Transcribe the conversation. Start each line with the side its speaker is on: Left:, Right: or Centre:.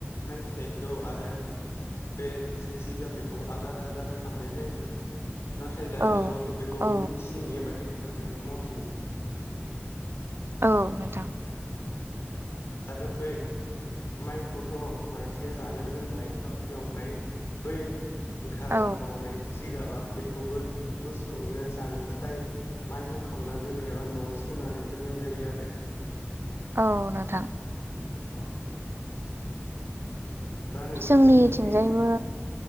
Left: माइ फिथाइखौ आरो बे जे जिगाब बेखौ आलादा आलादा खालामनाय जायोमोन। नाथाय
Right: औ
Left: दानि जुगावथ' बेखौबो
Right: औ
Left: मेसिन एबा ट्रेक्टरजोंनो मावजोबो।
Right: औ नोंथां।
Left: आरो बै माइखौथ' मानसिया जानो दोननाय बा ख्रियाव ओमफाय बै ओंखार
Right: औ
Left: बावनाय जिगाबा बेखौबो मोसौनो जानो थाखाय माइहुं खामना दोनो एबा न'आव सोनानै दोननाय जायो आरो।
Right: औ नोंथां
Left: औ दा नोंथांमोननिथिं
Right: जोंनिथिंजायबो